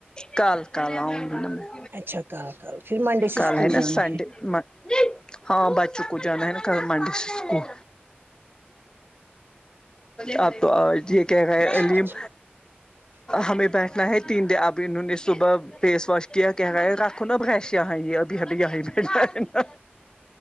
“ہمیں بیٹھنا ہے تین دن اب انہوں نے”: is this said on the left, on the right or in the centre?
Left